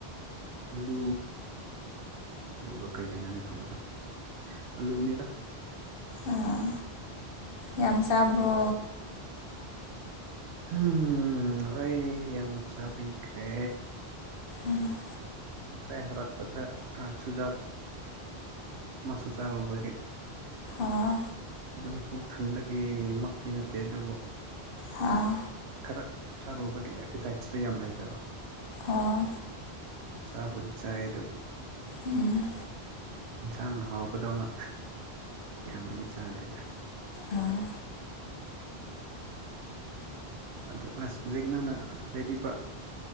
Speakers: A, on the right (about 80°); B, on the left (about 60°).
A: ꯑꯂꯨ ꯑꯂꯨꯒ ꯀꯩ ꯀꯩꯅꯣꯅꯦ ꯊꯝꯕꯗꯣ ꯑꯂꯨꯅꯦꯗ
B: ꯑꯥ ꯌꯥꯝ ꯆꯥꯕ꯭ꯔꯣ
A: ꯎꯝ ꯍꯣꯏ ꯌꯥꯝꯅ ꯆꯥꯕꯤꯈ꯭ꯔꯦ
B: ꯎꯝ
A: ꯉꯁꯥꯏ ꯍꯜꯂꯛꯄꯗ ꯆꯨꯖꯥꯛ ꯃꯁꯨꯁꯥꯔꯨꯕꯒꯤ
B: ꯑꯥ
A: ꯑꯗꯨꯅ ꯄꯨꯛ ꯊꯟꯕꯒꯤꯃꯛꯇꯤ ꯅꯠꯇꯦ ꯑꯗꯨꯕꯨ
B: ꯑꯥ
A: ꯈꯔ ꯊꯥꯔꯨꯕꯒꯤ ꯑꯦꯄꯤꯇꯥꯏꯠꯁꯇꯣ ꯌꯥꯝ ꯂꯩꯇꯕ
B: ꯑꯣ
A: ꯆꯥ ꯄꯨꯗꯤ ꯆ ꯑꯗꯨ
B: ꯎꯝ
A: ꯏꯟꯁꯥꯡ ꯍꯥꯎꯕꯗꯧꯅ ꯌꯥꯝꯃꯗꯤ ꯆꯥꯗ꯭ꯔꯦꯗ
B: ꯑꯥ
A: ꯑꯗꯣ ꯑꯁ ꯍꯧꯖꯤꯛ ꯅꯪꯅ ꯂꯩꯕꯤꯕ